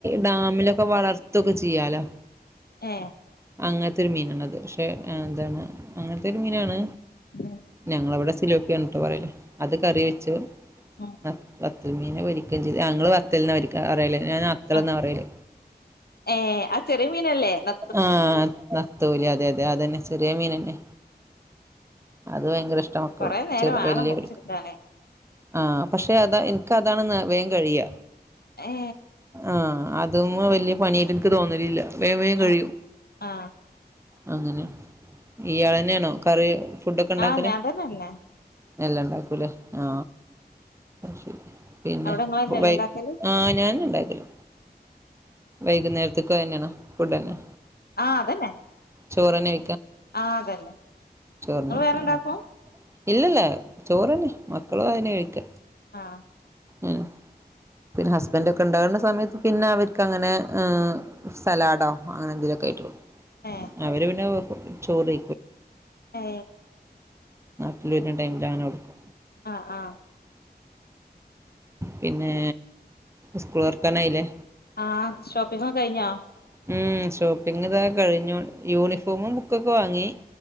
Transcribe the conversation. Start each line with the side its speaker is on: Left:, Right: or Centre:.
Right: ഡാമ് ലൊക്കെ വളർത്തൊക്കെ ചെയ്യാലോ
Left: ഏ
Right: അങ്ങൻത്തെരു മീനാണ് അത് എന്താണ് അങ്ങനത്തെക്കെ മീനാണ്
Left: ഉം
Right: ഞങ്ങളിവിടെ സിലോപിയാണ് ട്ടൊ പറയല് അത് കറി വെച്ചു
Left: ഉം
Right: <unintelligible> പിന്നെ പൊരിക്കും ചെയ്ത് അങ്ങള് <unintelligible> പറയല് ഞാൻ നത്തൾന്നാ
Left: ആഹ്
Right: പറയല്
Left: ഏഹ് ആ ചെറിയ മീനല്ലേ ന
Right: ആഹ് നത്തോലി അതെ അതെ അതന്നെ ചെറിയ മീനന്നെ അത് ഭയങ്കര ഇഷ് മക്കളും
Left: കൊറെ നേരം
Right: ചെ
Left: വേണം
Right: വല്യെ
Left: മുറിച്ചെടുക്കാന്
Right: പഠിക്കും ആ പക്ഷെ അതാ ഇൻ ക്ക് അതാണ്ന്ന്‌ വേഗം കഴിയ
Left: ഏ
Right: ആ അത് തങ്ങും വലിയ പണിയാട്ട്ന്‌ക്ക് തോന്നലില്ല വേവേഗം
Left: ആ
Right: കഴിയും
Left: ആ
Right: അങ്ങനെ ഇയാളന്നേണോ കറിയോ ഫുഡൊക്കെണ്ടാക്കല്
Left: ആ ഞാൻ തന്നെന്നെ
Right: എല്ലം ണ്ടാക്കുലേ ആ അത്ശെരി പിന്നെ
Left: അവിടെ നിങ്ങള് തന്നെയല്ലേ
Right: പ്പ വെയ്
Left: ഉണ്ടാക്കല്
Right: ആ ഞാനുംണ്ടാക്കല് വൈകുന്നേ തിക്കും അയന്നേണ് ഫുഡെന്നെ
Left: ആ അതന്നെ
Right: ചോറന്നെ
Left: ആ അതന്നെ
Right: ചോറിന്
Left: നങ്ങൾ
Right: കഴിക്കല
Left: വേറെണ്ടാക്കും
Right: ഇല്ലല്ല ചോർനെ മക്കളും അതെന്നെ കയിക്ക
Left: ആ
Right: ഉം പിന്നെ ഹസ്ബൻറ് ഒക്കെ ഉണ്ടാവ്ണ സമയത്ത് പിന്നെ അവര്ക്ക് അങ്ങനെ ഏ സലാഡോ അങ്ങനെ എന്തെങ്കലുമൈറ്റം
Left: ഏ
Right: അവര് പിന്നെ വെ ചോറെ
Left: ഏ
Right: ടൈമ് ലങ്ങനെ കൊട്ക്കും
Left: ആ ആ
Right: പിന്നേ സ്കൂളൊർക്കാനായില്ലേ
Left: ആ ഷോപ്പിങ്ങൊക്കെ കയ്ഞ്ഞോ
Right: ഉം ഷോപ്പിംഗിതാ കഴിഞ്ഞോ യൂണിഫോമും ബുക്കൊക്കെ വാങ്ങി